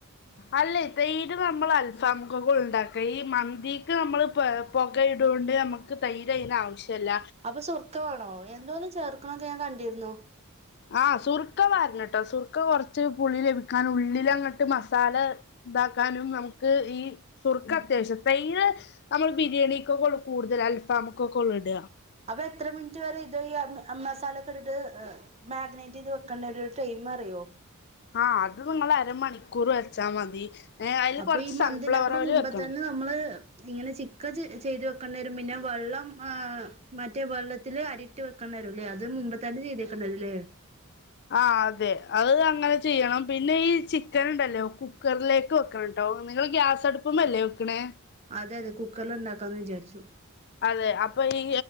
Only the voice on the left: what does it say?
അല്ല ഇതൈര് നമ്മൾ അൽഫാമക്കൊക്കെ ഉണ്ടാക്ക ഈ മന്തിക്ക് നമ്മൾ ഇപ്പ പുക ഇടുകൊണ്ട് നമുക്ക് തൈരന് ആവശ്യമല്ല.
ആഹ് സുർക്ക പരണംട്ടോ സുർക്ക കുറച്ച് പുളി ലഭിക്കാൻ ഉള്ളിലങ്ങട്ട് മസാല ഇതാക്കാനും നമുക്ക് ഈ സുർക്ക അത്യാവശ്യം. തൈര് നമ്മള് ബിരിയാണിക്കൊള്ളൂ കൂടുതൽ അൽഫാമക്കൊക്കെ കൊള്ളൂ ഇട.
ആഹ അത് നിങ്ങൾ അരമണിക്കൂർ വെച്ചാ മതി ഏഹ് അതിൽ
കുറച്ച്
സൺഫ്ലവർ
ഒയിൽ
വെക്കണം.
ആഹ് അതെ അത് അങ്ങനെ ചെയ്യണം പിന്നെ ഈ ചിക്കൻ ഉണ്ടല്ലോ കുക്കറിലേക്കോ വക്കണ ട്ടോ നിങ്ങൾ ഗ്യാസടുപ്പല്ലേ വെക്കണ്.
അതെ അപ്പൊ ഈ